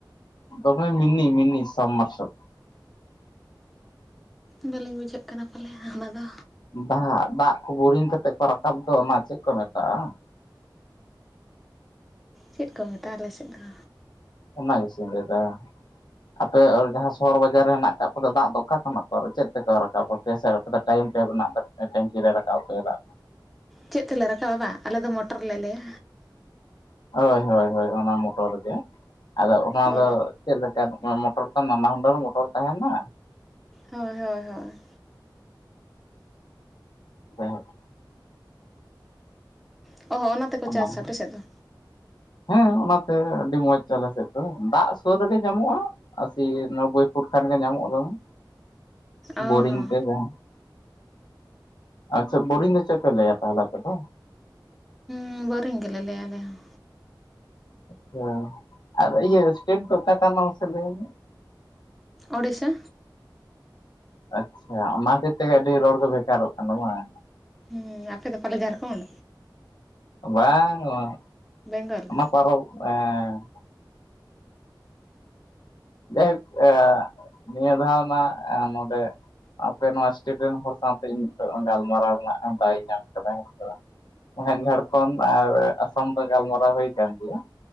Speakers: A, on the left; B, in the centre.
A: ᱥᱚᱢᱨ ᱢᱤᱱᱤ ᱢᱤᱱᱤ ᱫᱟᱢᱢᱟᱨᱥᱟᱞ
B: ᱵᱟᱹᱞᱤᱧ ᱵᱩᱡᱷᱟᱹᱜ ᱠᱟᱱᱟ ᱯᱟᱞᱮ ᱚᱱᱟᱫᱚ
A: ᱫᱟᱜᱽ ᱫᱟᱜᱽ ᱠᱚ ᱵᱩᱨᱤᱝ ᱠᱟᱛᱮᱜ ᱠᱚ ᱨᱟᱠᱟᱵ ᱫᱚ ᱚᱱᱟ ᱪᱮᱫ ᱠᱚ ᱢᱮᱛᱟᱜᱼᱟ?
B: ᱪᱮᱫ ᱠᱚ ᱢᱮᱛᱟᱜᱼᱟ ᱟᱞᱮ ᱥᱮᱫ ᱫᱚ?
A: ᱚᱱᱟ ᱜᱮ ᱥᱮᱹᱧ ᱞᱟᱹᱭ ᱫᱟ᱾ ᱟᱯᱮ ᱡᱟᱦᱟᱸ ᱥᱚᱦᱚᱨ ᱵᱟᱡᱟᱨ ᱨᱮ ᱦᱮᱱᱟᱜ ᱟᱠᱟᱫ ᱯᱮ ᱫᱚ ᱫᱟᱜ ᱫᱚ ᱚᱠᱟ ᱠᱷᱚᱱᱟᱜ ᱠᱚ, ᱪᱮᱫ ᱛᱮ ᱠᱚ ᱨᱟᱠᱟᱵ? <unintelligible> ᱫᱚ ᱴᱟᱭᱤᱢ ᱴᱮᱵ ᱨᱮᱱᱟᱜ ᱠᱟᱜ ᱛᱟᱯᱮᱭᱟ ᱴᱮᱝᱠᱤ ᱨᱮ ᱨᱟᱠᱟᱵ ᱟᱯᱮᱭᱟ ᱫᱟᱜ᱾
B: ᱪᱮᱫ ᱛᱮᱞᱮ ᱨᱟᱠᱟᱵᱟ ᱵᱟᱝ, ᱟᱞᱮ ᱫᱚ ᱢᱚᱴᱚᱨ ᱞᱮ ᱞᱟᱹᱭᱟ᱾
A: ᱦᱳᱭ ᱦᱳᱭ ᱦᱳᱭ ᱚᱱᱟ ᱢᱚᱴᱚᱨ ᱜᱮ᱾ ᱟᱫᱚ ᱚᱱᱟ
B: ᱚ
A: ᱫᱚ ᱪᱮᱫ ᱞᱮᱠᱟᱱ ᱢᱚᱴᱚᱨ ᱛᱚ ᱱᱟᱱᱟ ᱦᱩᱱᱟᱹᱨ ᱢᱚᱴᱚᱨ ᱛᱟᱦᱮᱱᱟ᱾
B: ᱦᱳᱭ ᱦᱳᱭ ᱦᱳᱭ᱾
A: ᱦᱮᱸ᱾
B: <unintelligible>
A: ᱟᱫᱚ
B: ᱟᱯᱮ ᱥᱮᱫ ᱫᱚ
A: ᱦᱮᱸ ᱚᱱᱟᱛᱮ ᱟᱹᱰᱤ ᱢᱚᱸᱡᱽ ᱟᱞᱮ ᱥᱮᱫ ᱫᱚ ᱫᱟᱜ ᱥᱩᱨ ᱨᱮᱜᱮ ᱧᱟᱢᱚᱜᱼᱟ᱾ ᱟᱥᱤ ᱱᱚᱵᱵᱳᱭ ᱯᱷᱩᱴ ᱠᱷᱟᱱ ᱜᱮ ᱧᱟᱢᱚᱜ ᱫᱚᱢᱮ᱾
B: ᱚ
A: ᱵᱳᱨᱤᱝ
B: ᱦᱚᱸ
A: ᱛᱮ ᱢᱟᱦᱟᱸ᱾ ᱟᱪᱪᱷᱟ ᱵᱳᱨᱤᱝ ᱫᱚ ᱪᱮᱫ ᱯᱮ ᱞᱟᱹᱭᱟ ᱛᱟᱦᱞᱮ ᱟᱯᱮ ᱫᱚ?
B: ᱦᱩᱸ ᱵᱳᱨᱤᱝ ᱜᱮᱞᱮ ᱞᱟᱹᱭᱟ ᱟᱞᱮ ᱦᱚᱸ᱾
A: ᱟᱪᱪᱷᱟ ᱟᱨ ᱤᱭᱟᱹ ᱥᱴᱮᱴ ᱫᱚ ᱚᱠᱟ ᱠᱟᱱ ᱛᱟᱢᱟ ᱢᱟᱥᱮ ᱞᱟᱹᱭ ᱢᱮ᱾
B: ᱳᱲᱤᱥᱟ᱾
A: ᱟᱪᱪᱷᱟ ᱚᱱᱟ ᱦᱚᱛᱮᱡ ᱛᱮᱜᱮ ᱟᱹᱰᱤ ᱨᱚᱲ ᱠᱚ ᱵᱷᱠᱟᱨᱚᱜ ᱠᱟᱱᱟ ᱵᱟᱝ?
B: ᱦᱩᱸ ᱟᱯᱮ ᱫᱚ ᱯᱟᱞᱮ ᱡᱟᱨᱠᱷᱚᱱᱰ?
A: ᱵᱟᱝ ᱚᱸ᱾
B: ᱵᱮᱝᱜᱚᱞ?
A: ᱯᱟᱨᱚ ᱮᱸᱻ ᱡᱟᱭᱦᱳᱠ ᱟᱻ ᱱᱤᱭᱟᱹ ᱫᱷᱟᱣ ᱢᱟ ᱮ ᱱᱚᱰᱮ ᱟᱯᱮ ᱱᱚᱣᱟ ᱥᱴᱮᱴ ᱨᱮᱱ ᱦᱚᱲ ᱥᱟᱶᱛᱮ ᱤᱧ ᱦᱤᱛᱚᱜ ᱜᱟᱞᱢᱟᱨᱟᱣ ᱨᱮᱱᱟᱜ ᱫᱟᱣᱤᱧ ᱧᱟᱢ ᱠᱟᱫᱟ, ᱦᱮᱸ ᱥᱮ ᱵᱟᱝ? ᱚᱱᱮ ᱡᱷᱟᱲᱠᱷᱚᱱᱰ ᱟᱨ ᱟᱥᱟᱢ ᱫᱚ ᱜᱟᱞᱢᱟᱨᱟᱣ ᱦᱩᱭ ᱠᱟᱱ ᱜᱮᱭᱟ,